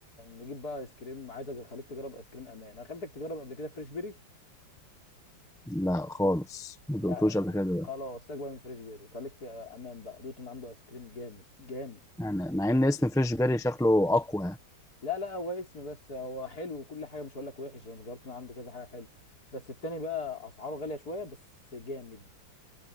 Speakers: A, on the left; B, in the centre.
A: نجيب بقى ايس كريم عايزك اخليك تجرب ايس كريم امان انا خليتك تجرب قبل كده فريش بيري
B: لا خالص ما
A: لا،
B: دقتوش قبل كده ده.
A: خلاص سيبك بقى من فريش بيري خليك في امان بقى دوت ان عنده ايس كريم جامد جامد
B: يعني مع ان اسم فريش بيري شكله اقوى يعني.
A: لا لا هو اسم بس هو حلو وكل حاجه مش هقول لك وحش انا جربت من عنده كذا حاجه حلو بس التاني بقى اسعاره غاليه شويه بس جامد